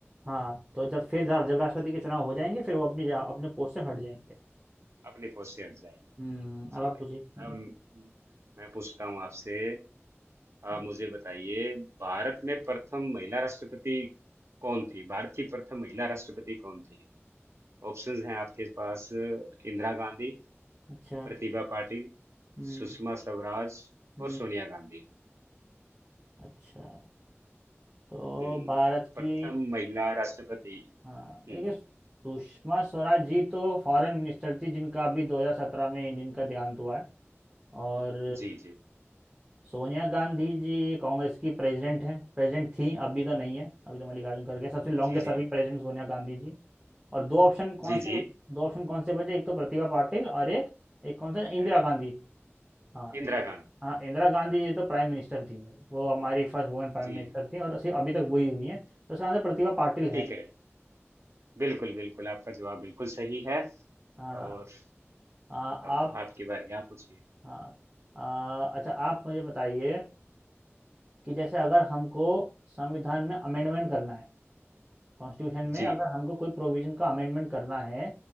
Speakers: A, on the right; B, on the right.
A: हाँ तो जब फिर रा- जब राष्ट्रपति के चुनाव हो जाएंगे फिर वो अपनी जगह- अपने पोस्ट से हट जाएंगे
B: अपने पोस्ट से हट जाएंगे
A: हम्म
B: ठीक
A: अब आप पूछिए
B: है
A: हम्म,
B: अब मैं पूछता हूँ आपसे
A: हम्म,
B: आप मुझे बताइए भारत में प्रथम महिला राष्ट्रपति कौन थी भारत की प्रथम महिला राष्ट्रपति कौन थी ऑप्शंस हैं आपके पास अ, इंदिरा गांधी
A: अच्छा
B: प्रतिभा पाटिल
A: हम्म
B: सुषमा स्वराज
A: हम्म
B: और सोनिया गांधी
A: अच्छा तो
B: हम्म,
A: भारत की
B: प्रथम महिला राष्ट्रपति
A: हाँ देखिए
B: हम्म,
A: सुषमा स्वराज जी तो फॉरेन मिनिस्टर थी जिनका अभी 2017 में जिनका देहांत हुआ है और
B: जी जी
A: सोनिया गांधी जी कांग्रेस की प्रेसिडेंट हैं प्रेसिडेंट थी अभी तो नहीं है अभी तो मल्लिकार्जुन खड़गे हैं। सबसे longest
B: जी जी
A: serving president Sonia Gandhi ji और दो ऑप्शन कौन
B: जी
A: से
B: जी
A: दो ऑप्शन कौन से बचे एक तो प्रतिभा पाटिल और एक एक कौन सा इंदिरा
B: ए,
A: गांधी हाँ
B: इंदिरा
A: एक-
B: गांधी
A: हाँ इंदिरा गांधी जी तो प्राइम मिनिस्टर थी भाई, वो हमारी फर्स्ट वुमेन प्राइम
B: जी
A: मिनिस्टर थी और असी- अभी तक वही हुई हैं तो उसका आंसर प्रतिभा पाटिल है
B: ठीक है बिल्कुल बिल्कुल आपका जवाब बिल्कुल सही है
A: हाँ
B: और
A: आ,
B: अब
A: आप
B: आपकी बारी आप पूछिए
A: हाँ आ, अच्छा आप मुझे बताइए कि जैसे अगर हमको संविधान में अमेंडमेंट करना है कॉन्स्टिट्यूशन में
B: जी
A: अगर हमको कोई प्रोविजन का अमेंडमेंट करना है